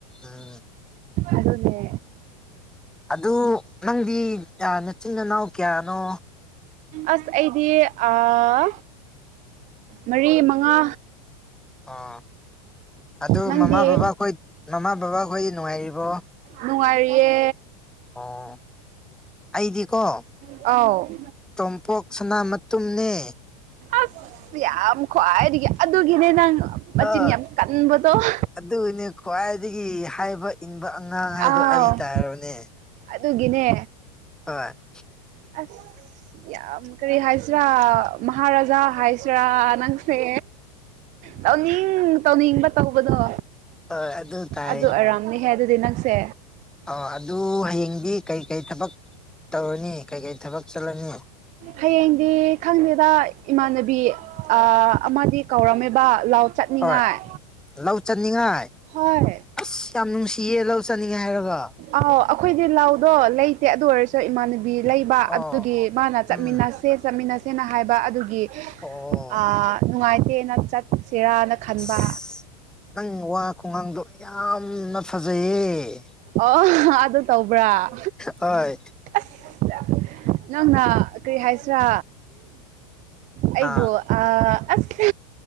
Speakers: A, in the centre; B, on the right (about 40°).
A: ꯎꯝ
B: ꯑꯗꯨꯅꯦ
A: ꯑꯗꯨ ꯅꯪꯗꯤ ꯌꯥ ꯅꯆꯤꯟ ꯅꯥꯅꯥꯎ ꯀꯌꯥꯅꯣ
B: ꯑꯁ ꯑꯩꯗꯤ ꯑꯥ ꯃꯔꯤ ꯃꯉꯥ
A: ꯑꯥ ꯑꯗꯨ
B: ꯅꯪꯗꯤ
A: ꯃꯃꯥ ꯕꯕꯥꯈꯣꯏ ꯃꯃꯥ ꯕꯕꯥꯈꯣꯏ ꯅꯨꯡꯉꯥꯏꯔꯤꯕꯣ
B: ꯅꯨꯡꯉꯥꯏꯔꯤꯌꯦ
A: ꯑꯣ ꯑꯩꯗꯤꯀꯣ
B: ꯑꯥꯎ
A: ꯇꯣꯝꯄꯣꯛ ꯁꯅꯥ ꯃꯇꯨꯝꯅꯦ
B: ꯑꯁ ꯌꯥꯝ ꯈ꯭ꯋꯥꯏꯗꯒꯤ ꯑꯗꯨꯒꯤꯅꯦ ꯅꯪ ꯃꯆꯤꯟ
A: ꯑꯥ
B: ꯌꯥꯝ ꯀꯟꯕ ꯑꯗꯣ <unintelligible>
A: ꯑꯗꯨꯅꯦ ꯈ꯭ꯋꯥꯏꯗꯒꯤ ꯍꯥꯏꯕ ꯏꯟꯕ ꯑꯉꯥꯡ
B: ꯑꯥꯎ
A: ꯍꯥꯏꯗꯣ ꯑꯩ ꯇꯥꯔꯕꯅꯦ
B: ꯑꯗꯨꯒꯤꯅꯦ
A: ꯍꯣꯏ
B: ꯑꯁ ꯌꯥꯝ ꯀꯔꯤ ꯍꯥꯏꯁꯤꯔꯥ ꯃꯍꯥꯔꯥꯖꯥ ꯍꯥꯏ ꯁꯤꯔꯥ ꯅꯪꯁꯦ ꯇꯧꯅꯤꯡ ꯇꯧꯅꯤꯡꯕ ꯇꯧꯕꯗꯣ
A: ꯍꯣꯏ ꯑꯗꯨ ꯇꯥꯏ
B: ꯑꯗꯨ
A: <unintelligible>
B: ꯑꯣꯏꯔꯝꯅꯤꯍꯦ ꯑꯗꯨꯗꯤ ꯅꯪꯁꯦ
A: ꯑꯣ ꯑꯗꯨ ꯍꯌꯦꯡꯗꯤ ꯀꯩ ꯀꯩ ꯊꯕꯛ ꯇꯧꯔꯅꯤ ꯀꯩ ꯀꯩ ꯊꯕꯛ ꯆꯠꯂꯅꯤ
B: ꯍꯌꯦꯡꯗꯤ ꯈꯪꯗꯦꯗ ꯏꯃꯥꯟꯅꯕꯤ ꯑꯥ ꯑꯃꯗꯤ ꯀꯧꯔꯝꯃꯦꯕ ꯂꯥꯎ ꯆꯠꯅꯤꯡꯉꯥꯏ
A: ꯍꯣꯏ ꯂꯧ ꯆꯠꯅꯤꯡꯉꯥꯏ
B: ꯍꯣꯏ
A: ꯑꯁ ꯌꯥꯝ ꯅꯨꯡꯁꯤꯌꯦ ꯂꯧ ꯆꯠꯅꯤꯡꯉꯦ ꯍꯥꯏꯔꯒ
B: ꯑꯥꯎ ꯑꯩꯈꯣꯏꯗꯤ ꯂꯧꯗꯣ ꯂꯩꯇꯦ ꯑꯗꯨ ꯑꯣꯏꯔꯁꯨ ꯏꯃꯥꯟꯅꯕꯤ ꯕꯤ ꯂꯩꯕ
A: ꯑꯣ
B: ꯑꯗꯨꯒꯤ ꯃꯥꯅ
A: ꯎꯝ
B: ꯆꯠꯃꯤꯟꯅꯁꯦ ꯆꯠꯃꯤꯟꯅꯁꯦꯅ ꯍꯥꯏꯕ ꯑꯗꯨꯒꯤ
A: ꯑꯣ
B: ꯑꯥ ꯅꯨꯡꯉꯥꯏꯇꯦꯅ ꯆꯠꯁꯤꯔꯥꯅ ꯈꯟꯕ
A: ꯑꯁ ꯅꯪ ꯋꯥ ꯀꯨꯉꯪꯗꯣ ꯌꯥꯝꯅ ꯐꯖꯩꯌꯦ
B: ꯑꯣ ꯑꯗꯨ ꯇꯧꯕ꯭ꯔꯥ
A: ꯍꯣꯏ
B: ꯑꯁ ꯅꯪꯅ ꯀꯔꯤ ꯍꯥꯏꯁꯤꯔꯥ ꯑꯩꯕꯨ
A: ꯑꯥ
B: ꯑꯥ ꯑꯁ